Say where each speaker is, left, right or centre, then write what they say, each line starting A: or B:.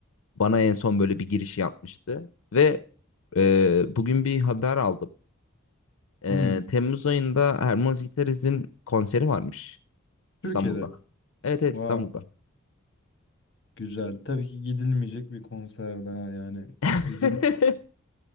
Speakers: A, on the left; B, on the left.
A: bana en son böyle bir giriş yapmıştı. Ve e, bugün bir haber aldım. E,
B: Hmm,
A: Temmuz ayında Hermanos Gitares'in konseri varmış
B: Türkiye'de.
A: İstanbul'da. Evet evet
B: Wow,
A: İstanbul'da.
B: güzel. Tabii ki gidilmeyecek bir konser daha yani.
A: <laughs>
B: Bizim